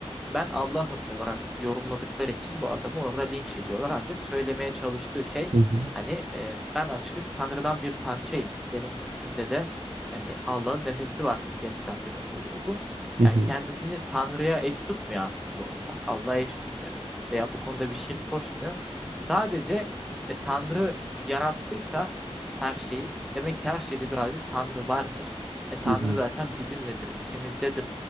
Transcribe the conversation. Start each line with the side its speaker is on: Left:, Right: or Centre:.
Centre: ben Allah'ım olarak yorumladıkları için bu adamı orada linç ediyorlar. Ancak söylemeye çalıştığı şey
Right: hı hı,
Centre: hani e, ben açıkçası Tanrı'dan bir parçayım. Benim içimde de yani Allah'ın nefesi var gerçekten demek oluyor bu.
Right: hı
Centre: Yani
Right: hı,
Centre: kendisini Tanrı'ya eş tutmuyor aslında orada. Allah'a eş tutmuyor. Veya bu konuda bir şirk koşmuyor. Sadece e, Tanrı yarattıysa her şeyi demek ki her şeyde birazcık Tanrı vardır. E, Tanrı
Right: hı hı.
Centre: zaten bizimledir, içimizdedir